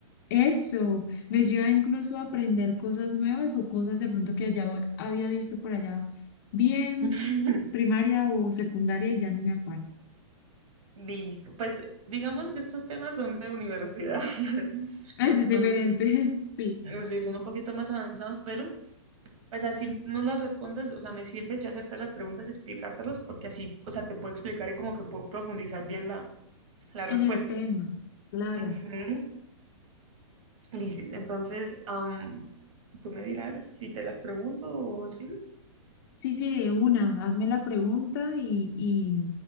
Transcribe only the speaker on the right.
<laughs>
Listo, pues digamos que estos temas son de universidad. <laughs>
Entonces,
Sí, son un poquito más avanzados, pero, o sea, si no las respondes, o sea, me sirve yo hacerte las preguntas y explicártelas, porque así, o sea, te puedo explicar y como que puedo profundizar bien la, la
respuesta.
Ujú. Lisis, entonces, am, tú me dirás si te las pregunto o sí.